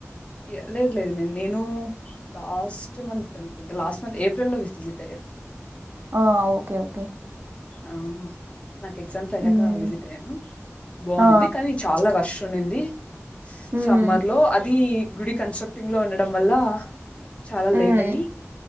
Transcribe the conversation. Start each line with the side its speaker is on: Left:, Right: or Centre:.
Left: యా లేదు లేదు నేను నేను లాస్ట్ మంత్ అనుకుంట లాస్ట్ మంత్ ఏప్రిల్ లో విసి విజిట్ అయ్యాను
Right: ఆ ఓకే ఓకే
Left: ఆ నాకు ఎగ్జామ్స్ అయ్యాక
Right: ఉమ్
Left: విజిట్ అయ్యాను బాగుంది
Right: ఆ
Left: కానీ అలా రష్ ఉండింది
Right: ఉమ్
Left: సమ్మర్ లో అదీ గుడి కన్స్ట్రక్టింగ్ లో ఉండడం వల్ల చాలా
Right: హ్మ్
Left: లేట్ అయ్యి,